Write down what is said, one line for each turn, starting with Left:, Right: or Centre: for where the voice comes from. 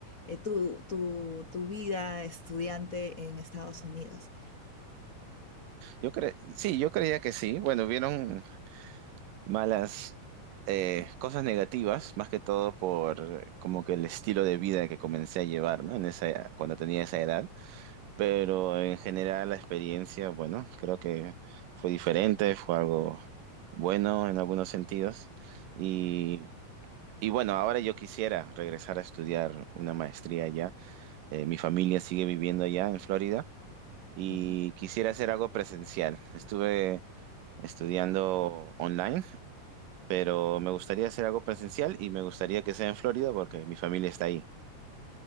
Left: eh, tu, tu, tu vida estudiante en Estados Unidos.
Right: Yo cre sí, yo creía que sí. Bueno, vieron. malas eh, cosas negativas, más que todo por como que el estilo de vida que comencé a llevar, ¿no? En esa, cuando tenía esa edad. Pero en general la experiencia, bueno, creo que fue diferente, fue algo bueno en algunos sentidos. Y, y bueno, ahora yo quisiera regresar a estudiar una maestría allá. Eh, mi familia sigue viviendo allá en Florida y
Left: Ujú.
Right: quisiera hacer algo presencial. Estuve estudiando online pero me gustaría hacer algo presencial y me gustaría que sea en Florida porque mi familia está ahí.